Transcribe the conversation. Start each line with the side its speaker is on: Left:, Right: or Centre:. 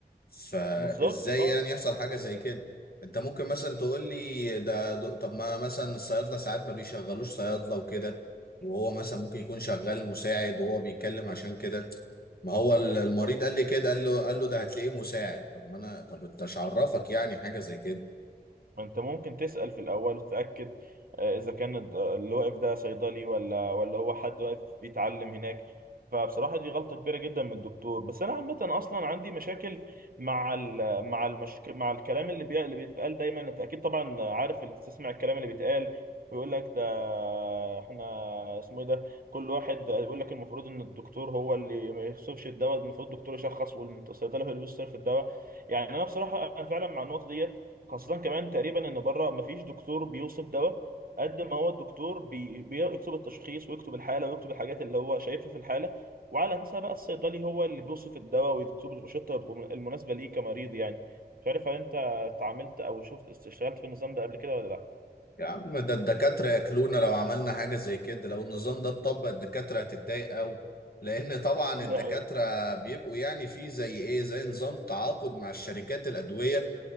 Left: فازاي
Right: بالظبط اه
Left: يعني يحصل حاجه زي كده انت ممكن مثلا تقول لي ده ده- طب ما مثلا الصيادله ساعات ما بيشغلوش صيادله وكده وهو مثلا ممكن يكون شغال مساعد وهو بيتكلم عشان كده ما هو ال- المريض قال لي كده قال له قال له ده هتلاقيه مساعد طب ما انا طب انت مش عرفك يعني حاجه زي كده
Right: انت ممكن تسأل في الاول وتتأكد آه، اذا كان الد- اللي واقف ده صيدلي ولا ولا هو حد واقف بيتعلم هناك فبصراحة دي غلطة كبيرة جدا من الدكتور بس انا عامة اصلا عندي مشاكل مع ال مع المشك... مع الكلام اللي بي... اللي بيتقال دايما انت اكيد طبعا عارف ال- تسمع الكلام اللي بيتقال ويقول لك ده احنا اسمه ايه ده كل واحد يقول لك المفروض ان الدكتور هو اللي ما يخصفش الدواء المفروض الدكتور يشخص والصيدلي هو اللي بيوصف الدواء يعني انا بصراحة انا فعلا مع النقطة ديت خاصة كمان تقريبا ان بره مفيش دكتور بيوصف دواء قد ما هو الدكتور بي... بيكتب التشخيص ويكتب الحالة ويكتب الحاجات اللي هو شايفها في الحالة وعلى اساسها بقى الصيدلي هو اللي بيوصف الدواء ويكتب لي الروشتة الكم- المناسبة ليه كمريض يعني مش عارف هل انت اتعاملت او شفت اشتغلت في النظام ده قبل كده ولا لا
Left: يا عم ده الدكاتره ياكلونا لو عملنا حاجه زي كده لو النظام ده اتطبق الدكاتره هتتضايق قوي لان طبعا
Right: يعني
Left: الدكاتره بيبقوا يعني في زي ايه زي نظام تعاقد مع الشركات الادويه